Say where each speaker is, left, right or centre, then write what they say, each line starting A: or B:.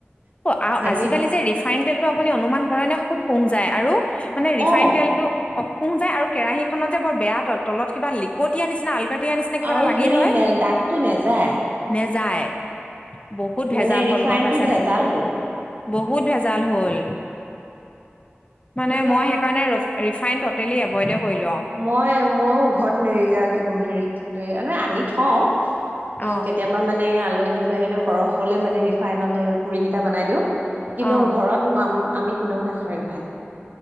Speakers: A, on the left; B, on the right.
A: অ
B: ভাজি
A: আজিকালি যে ৰিফ ৰিফাইন তেলটো আপুনি অনুমান কৰেনে খুব সুং যায় আৰু মানে ৰিফাইন
B: অ
A: তেলটো। অ সুং যায় আৰু কেৰাহীখনত যে বৰ বেয়া তল তলত কিবা লিকটীয়া নিচিনা আলকাটিয়া নিচিনা, কিবা
B: আৰু
A: এটা লাগি
B: হেৰি
A: ধৰে
B: নে দাগটো নেযায়।
A: নেযায় বহুত ভেজাল
B: মানে
A: হ'ল
B: ৰিফাইনটো
A: গম পাইছানে।
B: ভেজাল হ'ল
A: বহুত ভেজাল হল। মানে
B: এই
A: মই
B: আমাৰ
A: সেইকাৰণে ৰখ, ৰিফাইন ততেলী এভইডে কৰিলোঁ অ,
B: মই মইও ঘৰত নেৰিয়া হেৰিত আনি থওঁ
A: অ'
B: কেতিয়াবা। মানে আলহী দুলহী আহিলে সৰহ হ'লে মানে ৰিফাইনতে পুৰি কেইটা বনাই দিওঁ। কিন্তু
A: অ'
B: ঘৰত, আমি কোনেও নাখাওঁ ৰিফাইন।